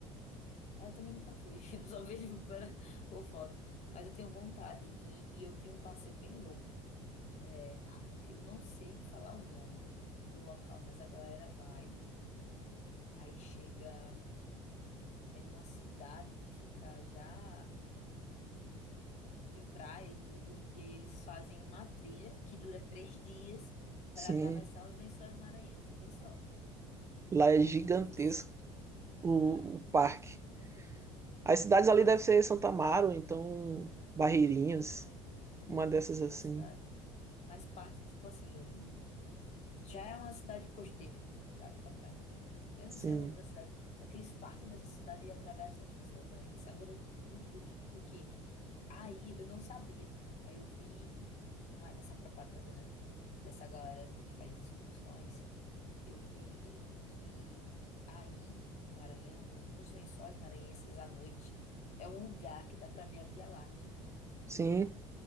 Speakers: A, on the left (about 45°); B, on the right (about 15°).
A: É, Eu também nunca fui, <laughs> eu só vejo pela, por foto. Mas eu tenho vontade e, e eu vi um passeio bem louco. É, a- eu não sei falar o nome do local, mas a galera vai, aí chega, é numa cidade que fica já. tem praia e tudo. E aí eles fazem uma trilha que dura três dias
B: Sim,
A: para atravessar os Lençóis Maranhenses. Vê só.
B: lá é gigantesco
A: Eu fiz, caramba,
B: o, o parque.
A: velho.
B: As cidades ali devem ser Santa Amaro, então Barreirinhas,
A: Eu não lembro, eu não
B: uma
A: lembro
B: dessas
A: o nome
B: assim.
A: da cidade. Mas parte, tipo assim, já é uma cidade costeira, sabe, com a praia. Eu não
B: Sim,
A: sei o nome da cidade, só que eles partem dessa cidade e atravessam os lençóis maranhenses. Agora é muito bonito porque aí eu não sabia. Aí eu vi não é, nessa propaganda, né, dessa galera de- que faz excursões, eu vi que aí no Maranhão, nos, nos lençóis maranhenses à noite, é um lugar que dá pra ver a Via Láctea, pô,
B: sim.